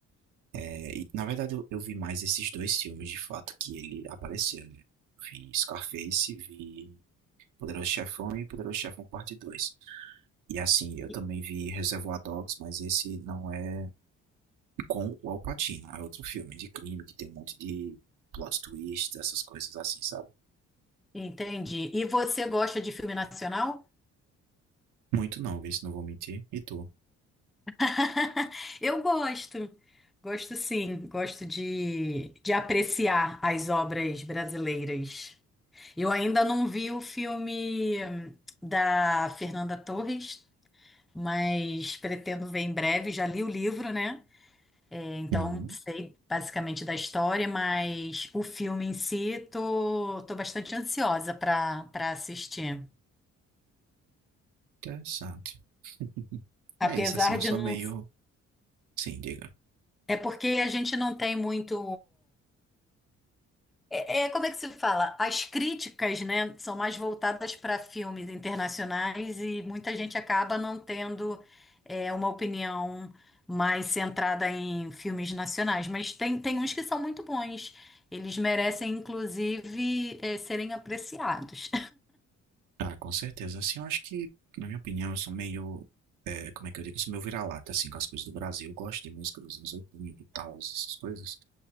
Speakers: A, on the right; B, in the centre.
A: É, e, na verdade, eu, eu vi mais esses dois filmes, de fato, que ele apareceu, né? Eu vi Scarface, vi Poderoso Chefão e Poderoso Chefão Parte Dois E assim, eu
B: E-
A: também vi Reservoir Dogs, mas esse não é com o Al Pacino. É outro filme de crime que tem um monte de plot twist, essas coisas assim, sabe?
B: Entendi. E você gosta de filme nacional?
A: Muito não, viu? Não vou mentir. E tu?
B: <laughs> Eu gosto. Gosto sim. Gosto de, de apreciar as obras brasileiras. Eu ainda não vi o filme hum, da Fernanda Torres, mas pretendo ver em breve. Já li o livro, né? Então,
A: Hum,
B: sei basicamente da história, mas o filme em si, tô, tô bastante ansiosa para para assistir.
A: interessante. <laughs>
B: Apesar
A: é isso, assim, eu
B: de
A: sou
B: não.
A: meio... Sim, diga.
B: É porque a gente não tem muito. É, é- como é que se fala? As críticas, né, são mais voltadas para filmes internacionais e muita gente acaba não tendo é, uma opinião mais centrada em filmes nacionais. Mas tem, tem uns que são muito bons. Eles merecem, inclusive, é, serem apreciados.
A: Ah, com certeza. Assim, eu acho que, na minha opinião, eu sou meio, eh, como é que eu digo? Eu sou meio vira-lata, assim, com as coisas do Brasil. Eu gosto de música dos anos 80 e tal, essas coisas.